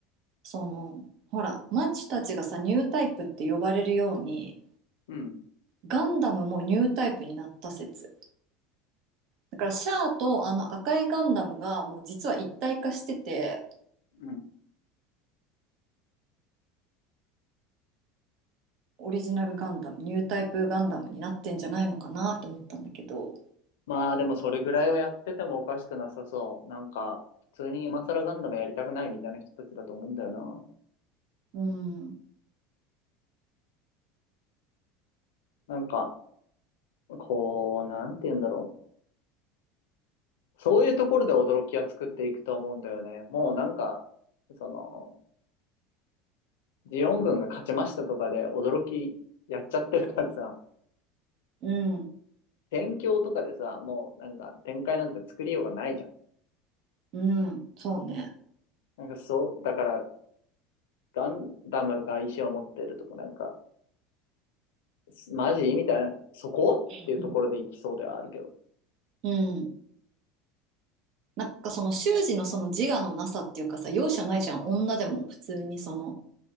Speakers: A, on the right (about 60°); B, on the left (about 85°).
A: そのほらマッチたちがさニュータイプって呼ばれるように
B: うん、
A: ガンダムもニュータイプになった説だからシャアとあの赤いガンダムがもう実は一体化してて
B: うん。
A: オリジナルガンダムニュータイプガンダムになってんじゃないのかなと思ったんだけど
B: まあでもそれぐらいはやっててもおかしくなさそう。なんか、普通に今更ガンダムやりたくないみたいな人たちだと思うんだよな。
A: うん
B: なんか、こう、なんて言うんだろう。そういうところで驚きは作っていくと思うんだよね。もうなんか、その、ジオン軍が勝ちましたとかで驚きやっちゃってるからさ、
A: うん
B: 戦況とかでさ、もうなんか展開なんて作りようがないじゃん。
A: うんそうね
B: なんかそう、だからガンダムが石を持ってるとこなんか、すマジみたいな、そこっていうところで行きそうではあるけど。
A: <laughs> うんなんかその習字のその自我のなさっていうかさ容赦ないじゃん女でも普通にその